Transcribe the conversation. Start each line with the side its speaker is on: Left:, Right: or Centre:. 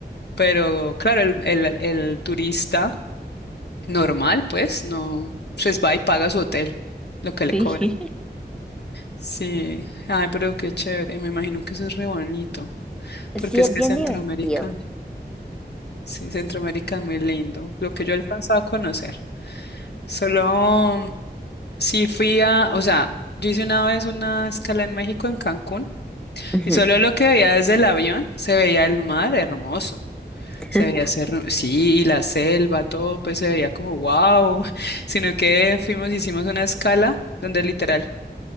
Left: Pero claro, el, el, el turista normal, pues, no, pues va y paga su hotel, lo que le
Centre: sí.
Left: cobran.
Centre: <laughs>
Left: Sí. Ay, pero qué chévere. Me imagino que eso es re bonito, porque
Centre: Sí,
Left: es
Centre: es
Left: que
Centre: bien
Left: Centroamérica,
Centre: divertido.
Left: sí, Centroamérica es muy lindo. Lo que yo he alcanzado a conocer. Solo Sí, fui a, o sea, yo hice una vez una escala en México, en Cancún,
Centre: Ujú.
Left: y solo lo que veía desde el avión se veía el mar hermoso.
Centre: <laughs>
Left: Se veía ser, sí, y la selva, todo, pues se veía como wow. <laughs> Sino que fuimos, hicimos una escala donde literal